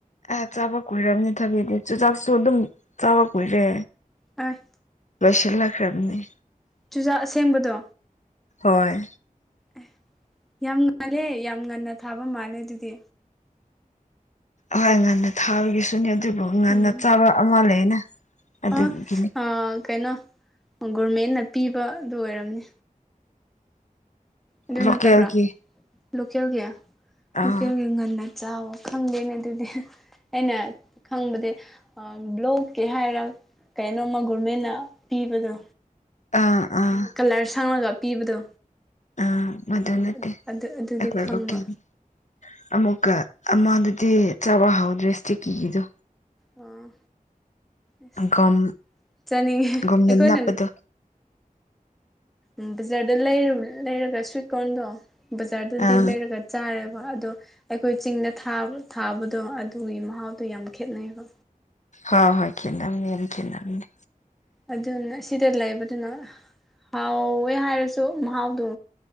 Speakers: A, on the left; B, in the centre.
A: ꯑꯦ ꯆꯥꯕ ꯀꯨꯏꯔꯕꯅꯦ ꯊꯕꯤꯗꯤ ꯆꯨꯖꯥꯛꯁꯨ ꯑꯗꯨꯝ ꯆꯥꯕ ꯀꯨꯏꯔꯦ
B: ꯑꯥꯏ
A: ꯂꯣꯏꯁꯤꯜꯂꯛꯈ꯭ꯔꯕꯅꯤ
B: ꯆꯨꯖꯥꯛ ꯑꯁꯦꯡꯕꯗꯣ
A: ꯍꯣꯏ
B: ꯑꯦ ꯌꯥꯝ ꯉꯜꯂꯦ ꯌꯥꯝ ꯉꯟꯅ ꯊꯥꯕ ꯃꯥꯜꯂꯦ ꯑꯗꯨꯗꯤ
A: ꯍꯣꯏ ꯉꯟꯅ ꯊꯥꯕꯒꯤꯁꯨꯅꯦ ꯑꯗꯨꯕꯨ ꯉꯟꯅ
B: ꯎꯝ
A: ꯆꯥꯕ ꯑꯃ ꯂꯩꯅ ꯑꯗꯨꯒꯤꯅꯤ
B: ꯑꯣ ꯑꯣ ꯀꯩꯅꯣ ꯒꯣꯔꯃꯦꯟꯅ ꯄꯤꯕꯗꯨ ꯑꯣꯏꯔꯝꯅꯤ ꯑꯗꯨ
A: ꯂꯣꯀꯦꯜꯒꯤ
B: ꯅꯠꯇꯕ꯭ꯔꯥ ꯂꯣꯀꯦꯜꯒꯤ
A: ꯑꯥ
B: ꯂꯣꯀꯦꯜꯒꯤ ꯉꯟꯅ ꯆꯥꯎꯋ ꯈꯪꯗꯦꯅꯦ ꯑꯗꯨꯗꯤ ꯑꯩꯅ ꯈꯪꯕꯗꯤ ꯑ ꯕ꯭ꯂꯣꯛꯀꯦ ꯍꯥꯏꯔ ꯀꯩꯅꯣꯝꯃ ꯒꯣꯔꯃꯦꯟꯅ ꯄꯤꯕꯗꯣ
A: ꯑꯥ ꯑꯥ
B: ꯑꯗ ꯀꯂꯔ ꯁꯪꯪꯂꯒ ꯄꯤꯕꯗꯣ
A: ꯑꯥ ꯃꯗꯨ
B: ꯑ
A: ꯅꯠꯇꯦ
B: ꯑꯗꯨ ꯑꯗꯨꯗꯤ
A: ꯑꯦꯛꯂꯣꯀꯦꯅꯤ
B: ꯈꯪꯕ
A: ꯑꯃꯨꯛꯀ ꯑꯃꯗꯨꯗꯤ ꯆꯥꯕ ꯍꯥꯎꯗ꯭ꯔꯦ ꯁꯇꯤꯀꯤꯒꯤꯗꯣ
B: ꯑꯣ ꯑꯁ
A: ꯒꯝ
B: ꯆꯥꯅꯤꯡꯉꯦ
A: ꯒꯝꯅ
B: ꯑꯩꯈꯣꯏꯅ
A: ꯅꯞꯄꯗꯣ
B: ꯎꯝ ꯕꯖꯥꯔꯗ ꯂꯩ ꯂꯩꯔꯒ ꯁ꯭ꯋꯤꯠ ꯀꯣꯟꯗꯣ ꯕꯖꯥꯔꯗꯗꯤ
A: ꯑꯥ
B: ꯂꯩꯔꯒ ꯆꯥꯔꯦꯕ ꯑꯗꯣ ꯑꯩꯈꯣꯏ ꯆꯤꯡꯗ ꯊꯥꯕ ꯊꯥꯕꯗꯣ ꯑꯗꯨꯒꯤ ꯃꯍꯥꯎꯗꯣ ꯌꯥꯝ ꯈꯦꯠꯅꯩꯕ
A: ꯍ ꯍꯣꯏ ꯈꯦꯠꯅꯝꯅꯦ ꯌꯥꯝ ꯈꯦꯠꯅꯝꯅꯦ
B: ꯑꯗꯨꯅ ꯁꯤꯗ ꯂꯩꯕꯗꯨꯅ ꯍꯥꯎꯋꯦ ꯍꯥꯏꯔꯁꯨ ꯃꯍꯥꯎꯗꯣ